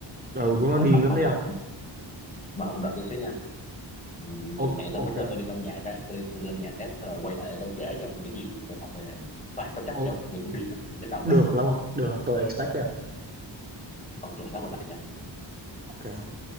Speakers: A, on the right; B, on the left.
A: ừ của nó
B: ờ,
A: điên
B: ông,
A: lắm
B: ông,
A: đấy
B: ông,
A: không
B: mà ông đợi tôi xíu nha Ừm,
A: ok
B: mẹ tôi
A: ok
B: mới kêu
A: không?
B: tôi đi đâu nhà cái tôi đi tôi đi nhà cái rồi quay lại tôi kể cho ông những gì tôi học về toán tao chắc
A: Ồ,
B: cho ông nghe cũng đi lắm nhớ đầu
A: được
B: lắm
A: lắm không được tôi expect đấy không
B: ok lát quay lại nha
A: ok